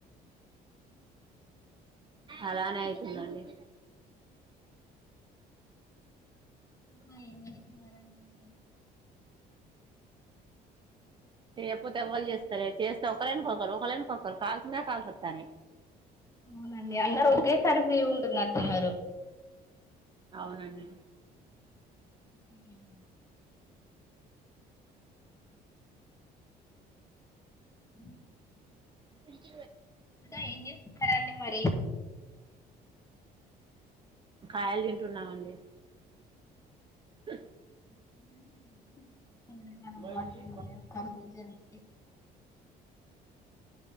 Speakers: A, on the right; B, on the left.
A: అలానే అయితుందండి
B: ఇంకా ఏం చేస్తున్నారండి మీరు
A: చేయకపోతే ఎవరు చేస్తలేరు చేస్తే ఒక్కరు వెనకాల ఒక్కరు వెనకాల కాల్స్ మీదా కాల్స్ వస్తన్నాయి
B: అవునండి అందరూ ఒకేసారి ఫ్రీ ఉంటున్నట్టున్నారు
A: అవునండి
B: అ అ
A: గుజ
B: ఇంకా ఏం చేస్తున్నారండి మరి
A: కాయలు తింటున్నామండీ ఆ
B: <unintelligible>
A: యూ
B: వాటర్ మిలన్ కర్బూజ తింటే